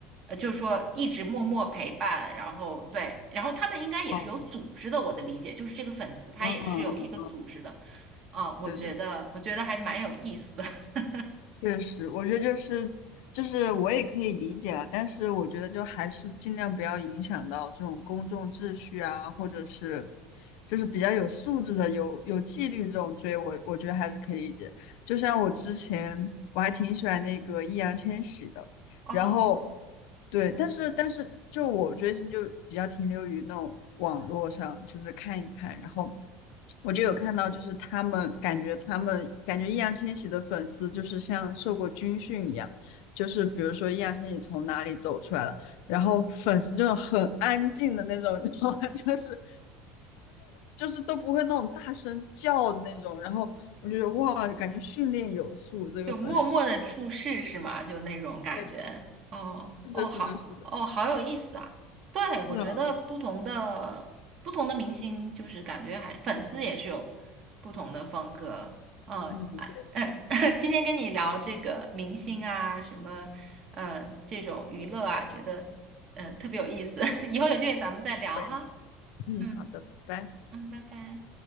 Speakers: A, on the right; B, on the left.
A: 呃，就是说一直默默陪伴，然后对，然后他们应该也是有组织的，
B: 哦，
A: 我的理解就是这个粉丝他也是有一个组织的，
B: 嗯嗯嗯，
A: 啊、我觉得我觉得还蛮有意思的，
B: 对对。
A: <laughs>
B: 确实，我觉得就是就是我也可以理解了，但是我觉得就还是尽量不要影响到这种公众秩序啊，或者是就是比较有素质的、有有纪律这种追我，我觉得还是可以理解。就像我之前我还挺喜欢那个易烊千玺的，
A: 哦，
B: 然后。对，
A: 嗯。
B: 但是但是就我追星就比较停留于那种网络上，就是看一看，然后我就有看到，就是他们感觉他们感觉易烊千玺的粉丝就是像受过军训一样，就是比如说易烊千玺从哪里走出来了，然后粉丝就很安静的那种，你知道吗？<laughs> 就是就是都不会那种大声叫的那种，然后我就觉得哇，感觉训练有素，这个粉丝，
A: 就默默的注视是吗？就那种感觉。
B: <laughs> 对的，
A: 哦哦，
B: 是的，是的，
A: 好哦，
B: 是的，
A: 好有意思啊！对，我觉得不同的不同的明星，
B: 是啊，
A: 就是感觉还粉丝也是有不同的风格。嗯，
B: 嗯，
A: 啊，
B: 对，
A: 嗯，<laughs> 今天跟你聊这个明星啊，什么呃这种娱乐啊，觉得嗯、呃特别有意思。<laughs> 以后有机会咱们再聊哈。
B: 我也是，嗯，
A: 嗯
B: 好的，拜拜。
A: 嗯，拜拜。